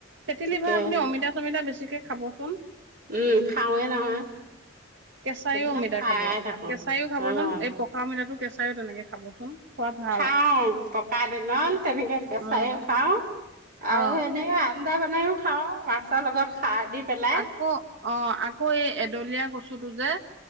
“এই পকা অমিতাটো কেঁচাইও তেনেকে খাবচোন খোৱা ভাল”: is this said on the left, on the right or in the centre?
Right